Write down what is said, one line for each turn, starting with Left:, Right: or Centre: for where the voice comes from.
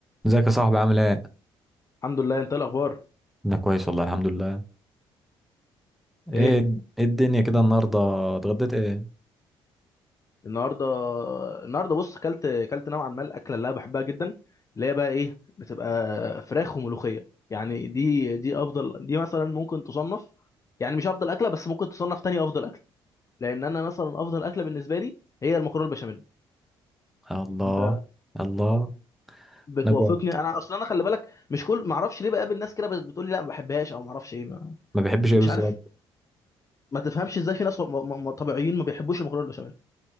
Centre: ازيك يا صاحبي عامل ايه؟
Left: الحمد لله انت ايه الاخبار
Centre: انا كويس والله الحمد لله
Left: ايه
Centre: ايه ايه الدنيا كده النهارده اتغديت ايه؟
Left: النهارده النهارده بص كلت كلت نوعا ما الاكله اللي انا بحبها جدا اللي هي بقى ايه بتبقى فراخ وملوخيه يعني دي دي افضل دي مثلا ممكن تصنف يعني مش افضل اكله بس ممكن تصنف تاني افضل اكله لان انا مثلا افضل اكله بالنسبه لي هي المكرونه البشاميل
Centre: الله
Left: انت
Centre: الله
Left: بتوافقني
Centre: انا جوع
Left: انا اصلا انا خلي بالك مش كل ما اعرفش ليه بقابل ناس كده بت- بتقول لي لا ما بحبهاش او ما اعرفش ايه ما-
Centre: ما بحبش
Left: مش
Centre: ايه بالظبط
Left: عارف ما تفهمش ازاي في ناس م- م- م- طبيعيين ما بيحبوش المكرونه البشاميل